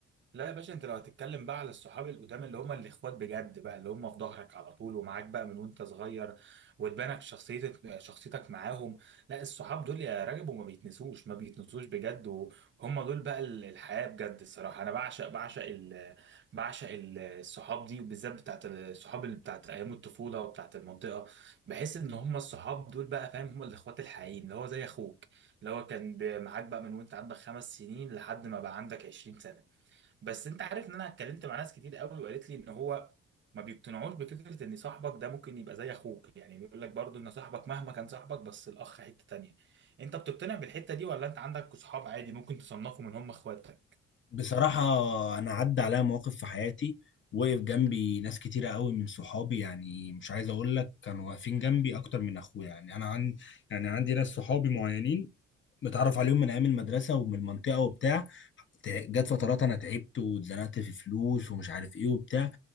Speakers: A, on the right; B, on the left.
A: لا يا باشا انت لو هتتكلم بقى على الصحاب القدام اللي هم الاخوات بجد بقى اللي هم في ظهرك على طول ومعاك بقى من وانت صغير وتبانك شخصيتك شخصيتك معاهم لا الصحاب دول يا رجب وما بيتنسوش ما بيتنسوش بجد وهم دول بقى ال- الحياة بجد الصراحة انا بعشق بعشق ال بعشق ال- الصحاب دي وبالذات بتاعت الصحاب اللي بتاعت ايام الطفولة وبتاعت المنطقة بحس ان هم الصحاب دول بقى فاهم هم الاخوات الحقيقيين اللي هو زي اخوك اللي هو كان ب- معاك بقى من وانت عندك خمس سنين لحد ما بقى عندك 20 سنة بس انت عارف ان انا اتكلمت مع ناس كتير قوي وقالت لي ان هو ما بيقتنعوش بفكره ان صاحبك ده ممكن يبقى زي اخوك يعني بيقول لك برضو ان صاحبك مهما كان صاحبك بس الاخ حته تانية انت بتقتنع بالحته دي ولا انت عندك صحاب عادي ممكن تصنفهم ان هم اخواتك
B: بصراحة أنا عدى عليا مواقف في حياتي وقف جنبي ناس كتيرة قوي من صحابي يعني مش عايز أقول لك كانوا واقفين جنبي أكتر من أخويا يعني أنا عن يعني عندي ناس صحابي معينين متعرف عليهم من أيام المدرسة ومن المنطقة وبتاع تع- جت فترات أنا تعبت واتزنقت في فلوس ومش عارف إيه وبتاع